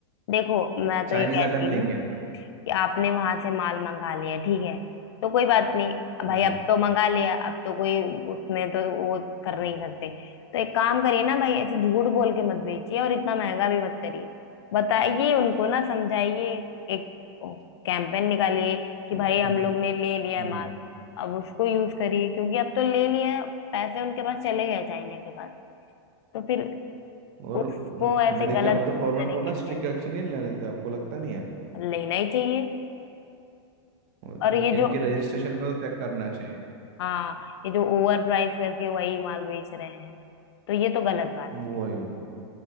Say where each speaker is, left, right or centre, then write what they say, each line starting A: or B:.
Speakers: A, on the left; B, on the right.
A: देखो मैं तो
B: चाइनीस
A: ये कहती
B: आइटम
A: हूँ
B: लेंगे
A: कि
B: नहीं
A: आपने वहां से माल मंगा लिया ठीक है तो कोई बात नहीं भाई
B: हम्म
A: अब तो मंगा लिया अब तो कोई उसमें तो वो कर नहीं सकते तो एक काम करिए ना भाई ऐसे झूठ बोल के मत बेचिए और इतना महंगा भी मत करिए बताइए उनको ना समझाइए एक कैंपेन निकालिए कि भाई
B: और
A: हम
B: तो
A: लोग ने ले लिया है
B: हम्म
A: माल अब उसको यूज करिए क्योंकि अब तो ले लिया है पैसे उनके पास चले गए चाइना के पास तो फिर
B: और
A: उसको
B: म,
A: ऐसे
B: मेरे
A: गलत
B: ख्याल में तो गवर्नमेंट
A: तरीके
B: को ना
A: से
B: स्ट्रिक्ट एक्शन नहीं लेने थे आपको लगता नहीं है
A: लेना ही चाहिए
B: वो
A: और
B: तो
A: ये
B: कि इनकी
A: जो
B: रजिस्ट्रेशन पे तो चेक करना चाहिए
A: हाँ ये जो ओवर प्राइस करके वही माल बेच रहे हैं तो ये तो गलत बात है
B: वही
A: भाई।